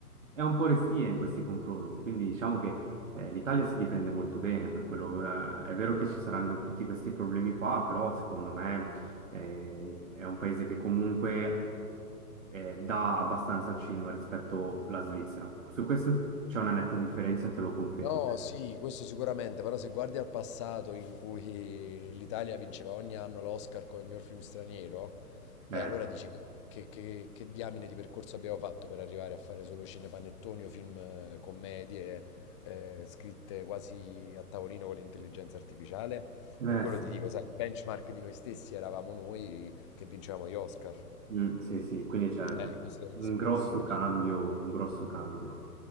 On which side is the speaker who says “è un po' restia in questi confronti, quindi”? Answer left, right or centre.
Right